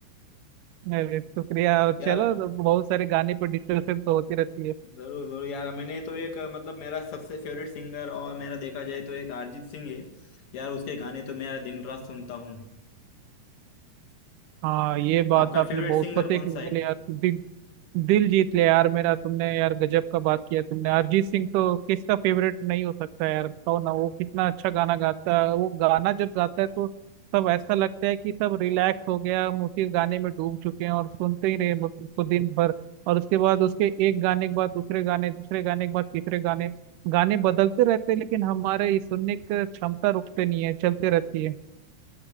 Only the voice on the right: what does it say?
अरे शुक्रिया
और
चलो तो बहुत सारे गाने पर डिस्कशन तो होती रहती है
हाँ ये बात
आपने
बहुत
पते
की बोले
यार दिल जीत ले यार मेरा तुमने यार गजब का बात किया तुमने अरिजीत सिंह तो किसका फेवरेट नहीं हो सकता यार बताओ ना वो कितना अच्छा गाना गाता है वो गाना जब गाता है तो सब ऐसा लगता है कि सब रिलैक्स हो गया हम उसी गाने में डूब चुके हैं और सुनते ही रहे बस उसको दिन भर और उसके बाद उसके एक गाने के बाद दूसरे गाने दूसरे गाने के बाद तीसरे गाने गाने बदलते रहते हैं लेकिन हमारे ये सुनने की क्षमता रुकते नहीं है चलते रहती है